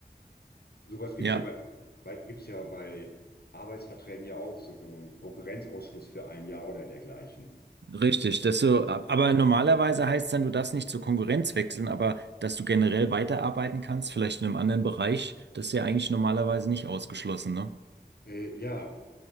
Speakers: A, on the left (about 65°); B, on the right (about 85°).
A: Sowas gibt's
B: Ja.
A: ja bei, bei, gibt's ja bei Arbeitsverträgen ja auch, so, so einen Konkurrenzausschluss für ein Jahr oder dergleichen.
B: Richtig, dass du, aber normalerweise heißt es dann, du darfst nicht zur Konkurrenz wechseln, aber dass du generell weiterarbeiten kannst, vielleicht in einem anderen Bereich, das ist ja eigentlich normalerweise nicht ausgeschlossen, ne?
A: Äh, ja,